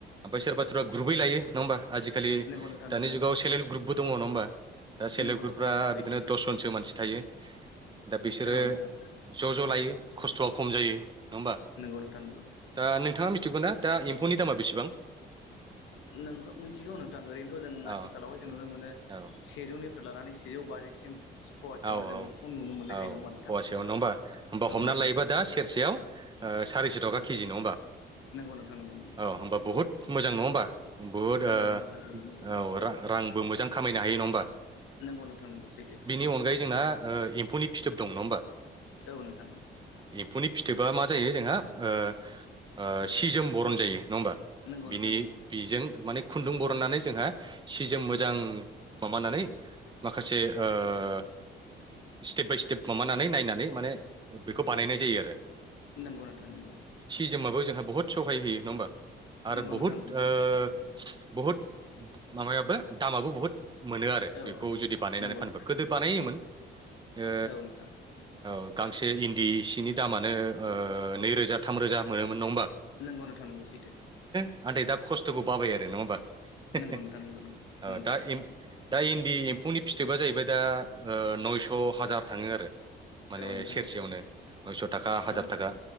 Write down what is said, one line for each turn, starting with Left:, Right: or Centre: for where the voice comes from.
Right: ओमफ्राय सोरबा सोरबा ग्रुपै लायो नङा होनबा आजिखालि
Left: नंगौ नोंथां नंगौ
Right: दानि जुगाव सेल्प हेल्प ग्रुपबो दङा होमबा दा सेल्प
Left: नंगौ
Right: हेल्प ग्रुपफ्रा
Left: नोंथां नंगौ सैथो
Right: बिदिनो दसजनसो मानसि थायो दा बिसोरो
Left: औ नोंथां
Right: ज' ज' लायो खस्थ'आ खम जायो नङा होमबा
Left: नोंगौ नोंथां नोंगौ
Right: दा नोंथाङा मिथिगौ ना दा एमफौनि दामा बेसेबां
Left: नों मिथिगौ नोंथां ओरैनोथ' जों
Right: औ
Left: आथिखालावहाय जों नुनो मोनो
Right: औ
Left: सेजौनिफ्राय लानानै सेजौ बाजिसिम फवासेयावनो
Right: औ
Left: जों
Right: औ
Left: बेफोरखौ नुनो मोननाय
Right: औ
Left: जायो नङा होमबा
Right: फुवासेयाव नङा होमबा होमबा हमना
Left: नोंथां
Right: लायोबा
Left: औ नोंथां औ
Right: दा सेरसेयाव सारिस' थाखा केजि नङा होमबा
Left: नंगौ नोंथां नंगौ नंगौ
Right: औ होमबा बुहुत मोजां नङा होमबा बुहुद ओ
Left: नंगौ नोंथां जोबोद मोजां
Right: औ रांबो मोजां खामायनो हायो नङा होमबा
Left: नंगौ नोंथां नांगौ सैथो
Right: दंलै जोंना ओ एम्फौनि फिथोब दं नङा होमबा
Left: औ नोंथां औ
Right: फुनि फिथोबा मा जायो जोंहा ओ ओ सि जोम बरन जायो। नङा होमबा
Left: नंगौ
Right: बिनि
Left: नोंथां नंगौ
Right: बिजों माने खुन्दुं बरननानै जोंहा सि जोम मोजां माबानानै माखासे ओ ओ स्टेप बाय स्टेप माबानानै नायनानै माने बेखौ बानायनाय जायो आरो
Left: नंगौ नोंथां नोंगौ
Right: जों जाबो जोंहा बुहुत ओ सहाय जायो नङा होमबा आरो
Left: नंगौ
Right: बुहुत
Left: नोंथां नंगौ
Right: ओ
Left: सैथो
Right: बुहुद माबायाबो दामाबो बुहुत मोनो आरो
Left: औ
Right: बेखौ
Left: नोंथां
Right: जुदि बानायनानै
Left: नंगौ
Right: फानोबा
Left: नोंथां
Right: गोदो बानायोमोन ओ
Left: औ नोंथां
Right: औ गांसे इन्दि सिनि दामानो ओ नैरोजा थाम रोजा मोनोमोन नङा होमबा
Left: नंगौ नोंथां नांगौ सैथो
Right: आफ्राय दा खस्थ'खौ बाबाय आरो नङा होमबा
Left: नंगौ
Right: <inaudible>
Left: नोंथां नंगौ
Right: औ
Left: नंगौ
Right: दा दा इन्दि एम्फौनि फिथोबा जाहैबाय दा ओ नयस' हाजार थाङो आरो माने
Left: औ नोंथां
Right: सेरसेयावनो
Left: औ
Right: नयस' थाखा हाजार
Left: औ नोंथां
Right: थाखा